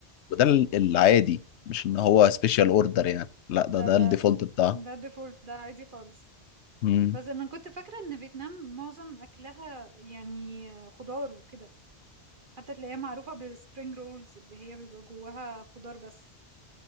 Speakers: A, on the left (about 80°); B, on the right (about 50°).
A: وده ال- العادي مش ان هو سبيشال اوردر يعني لا ده
B: ده
A: ده
B: ده
A: الديفولت بتاعه
B: ده ديفولت ده عادي خالص
A: مم.
B: بس انا كنت فاكرة ان فيتنام معظم اكلها يعني خضار وكده حتى تلاقيها معروفة بالسبرينج رولز اللي هي بيبقى جواها خضار بس